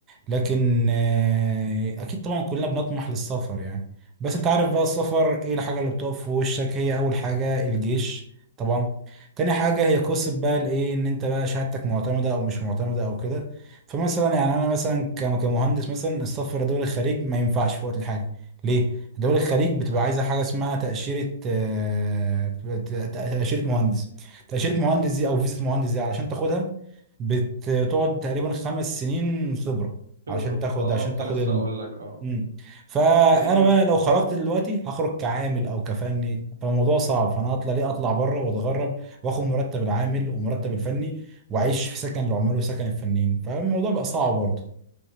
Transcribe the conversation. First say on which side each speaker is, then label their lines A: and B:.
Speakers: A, on the right (about 25°); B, on the right (about 75°).
A: لكن آه، اكيد طبعا كلنا بنطمح للسفر يعني بس انت عارف بقى السفر ايه الحاجه اللي بتقف في وشك هي اول حاجه الجيش طبعا تاني حاجه هي قصه بقى الايه ان انت بقى شهادتك معتمده او مش معتمده او كده فمثلا يعني انا مثلا ك- كمهندس مثلا السفر لدول الخليج ما ينفعش في وقت الحالي ليه دول الخليج بتبقى
B: عايز
A: عايزه حاجه اسمها تاشيره آه، ت- ت- تاشيره مهندس تاشيره مهندس دي او فيزا مهندس دي علشان تاخدها بتقعد تقريبا خمس سنين خبرة
B: خبره
A: عشان تاخد
B: اه
A: عشان
B: كنت
A: تاخد
B: لسه
A: ال...
B: اقول لك اه
A: مم. فانا
B: لان
A: بقى لو خرجت دلوقتي هخرج كعامل او كفني فالموضوع صعب فانا اطلع ليه اطلع بره واتغرب واخد مرتب العامل ومرتب الفني واعيش في سكن العمال وسكن الفنيين فالموضوع بقى صعب برضه